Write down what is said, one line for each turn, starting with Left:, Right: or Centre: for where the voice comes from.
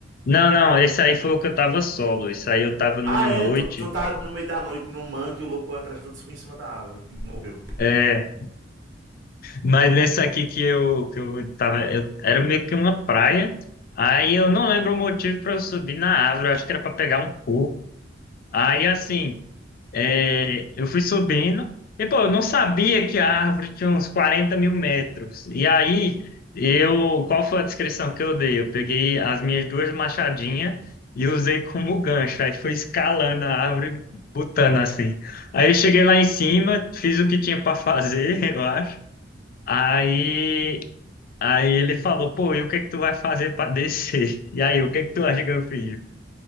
Left: Não, não, esse aí foi o que eu tava solo, isso aí eu tava
Right: Ah,
Left: numa
Right: é.
Left: noite,
Right: Tu, tu tava no meio da noite no mangue e o lobo correu atrás de tu, tu subiu em cima da árvore e morreu.
Left: é, mas nesse aqui que eu, que eu tava, eu- era meio que uma praia, aí eu não lembro o motivo pra eu subir na árvore, eu acho que era pra pegar um coco. Aí, assim, É, eu fui subindo, e pô, eu não sabia que a árvore tinha uns quarenta mil metros. E aí, eu, qual foi a descrição que eu dei? Eu peguei as minhas duas machadinhas e usei como gancho. Aí fui escalando a árvore, botando assim. Aí eu cheguei lá em cima, fiz o que tinha para fazer, <laughs> eu acho. Aí, aí ele falou, pô, e o que é que tu vai fazer para descer? E aí, o que é que tu acha que eu fiz,